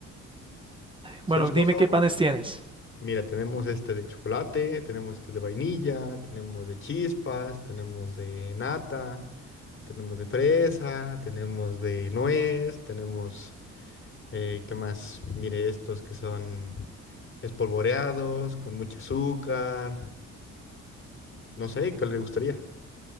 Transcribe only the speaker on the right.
Bueno,
dime qué
panes
tienes.